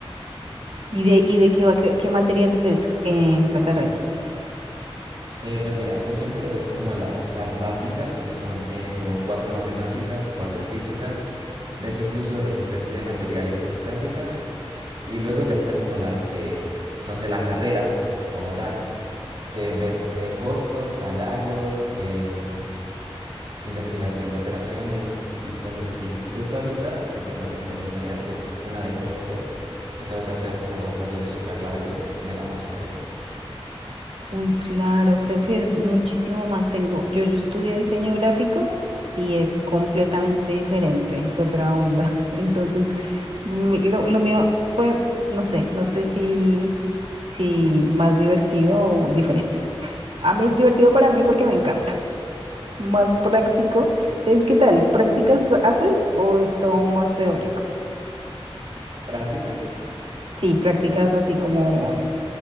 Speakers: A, on the right (about 80°); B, on the right (about 55°).
A: ¿Y de, y de qué va, qué, qué materias ves en esa carrera?
B: Eh, pues mira, tú siempre ves como las, las básicas, que son eh, como cuatro matemáticas, cuatro físicas, ves incluso resistencia de materiales y estática, y luego ya están como las que son de la carrera como tal, que ves eh, costos, salarios, eh, investigación de operaciones y cosas así. Justo ahorita que te conté que tenía tareas es una de costos, que tengo que hacer como dos talleres súper largos y me da mucha pereza.
A: Uy, claro, creo que es muchísimo más. Tengo, yo, yo estudié diseño gráfico y es completamente diferente, es otra onda. <laughs> Entonces, mi- lo, lo mío fue, no sé, no sé si, si más divertido o diferente. A mí, divertido para mí porque me encanta. <laughs> Más práctico. Eh, ¿Qué tal? ¿Prácticas haces o es todo más teórico?
B: Prácticas,
A: Sí, prácticas así como